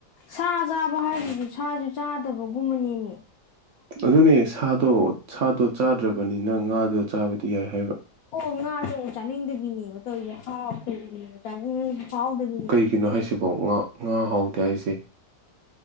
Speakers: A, on the left; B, on the right.
A: ꯁꯥ ꯆꯥꯕ ꯍꯥꯏꯁꯤꯁꯨ ꯁꯥꯁꯨ ꯆꯥꯗꯕꯒꯨꯝꯕꯅꯦꯃꯦ
B: ꯑꯗꯨꯅꯦ ꯁꯥꯗꯣ ꯁꯥꯗꯣ ꯆꯥꯗ꯭ꯔꯕꯅꯤꯅ ꯉꯥꯗꯣ ꯆꯥꯕꯗꯤ ꯌꯥꯏ ꯍꯥꯏꯕ
A: ꯑꯣ ꯉꯥ ꯗꯣ ꯆꯥꯅꯤꯡꯗꯕꯤꯅꯦꯕ ꯇꯧꯔꯤꯁꯦ ꯆꯥꯅꯤꯡꯕ ꯐꯥꯎꯗꯕꯤ
B: ꯀꯩꯒꯤꯅꯣ ꯍꯥꯏꯁꯤꯕꯣ ꯉꯥ ꯉꯥ ꯍꯥꯎꯇꯦ ꯍꯥꯏꯁꯦ